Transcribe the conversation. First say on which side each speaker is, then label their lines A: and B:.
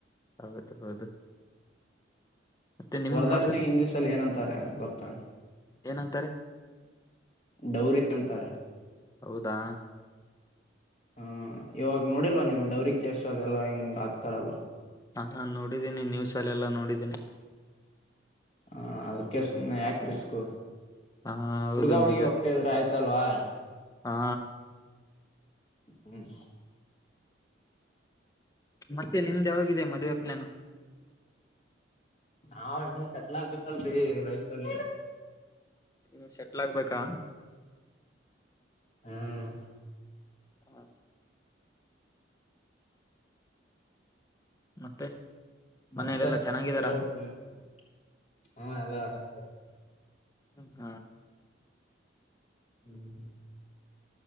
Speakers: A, on the left; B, on the left.
A: ಹೌದು ಹೌದು ಮತ್ತೆ ನಿಮ್ದ್
B: ವರದಕ್ಷಣ
A: ಮದ್ವೆ
B: ಇಂಗ್ಲೀಷ್ ಅಲ್ಲಿ ಏನಂತಾರೆ ಗೊತ
A: ಏನಂತಾರೆ
B: ಡೌರಿ ಅಂತಾರೆ
A: ಹೌದಾ
B: ಹ್ಮ ಇವಾಗ ನೋಡಿಲ್ವ ನೀವುಡೌರಿ ಕೇಸ್ ಅದೆಲ್ಲಾ ಹಿಂಗ್ ಆಕ್ತಾರಲ್ವಾ
A: ಹ ನಾ ನೋಡಿದ್ದೀನಿ ನ್ಯೂಸ ಅಲ್ಲೆಲ್ಲಾ ನೋಡಿದ್ದೀನಿ
B: ಹಾ ಅದಕ್ಕೆ ಸುಮ್ನೆ ಯಾಕ ರಿಸ್ಕ್
A: ಹ
B: ಹುಡ್ಗಾ
A: ಹೌದು
B: ಹುಡ್ಗಿ
A: ನಿಜ
B: ಒಪ್ಪಿಕ್ಕೆ ಇದ್ರೆ ಆಯ್ತಲ್ವಾ
A: ಹಾ
B: ಹ್ಮ್
A: ಮತ್ತೆ ನಿಮ್ದು ಯಾವಾಗಯಿದೆ ಮದುವೆ ಪ್ಲಾನು
B: ನಾವ್ ಇನ್ನು ಸೆಟ್ಲ್ ಆಗ್ಬೇಕಲ್ರಿ ಲೈಫ್ ಅಲ್ಲಿ
A: ಹ್ಮ ಸೆಟ್ಲ್ ಹಾಗಬೇಕಾ
B: ಹ್ಮ್
A: ಹ ಮತ್ತೆ
B: ಮತ್ತೆ
A: ಮನೇಲೆಲ್ಲಾ ಚೆನ್ನಾಗಿದಾರ
B: ಹೇಬೇಕು ನೀನೇ ಎಲ್ಲ ಆರಾಮ
A: ಹ್ಮ್
B: <inaudible>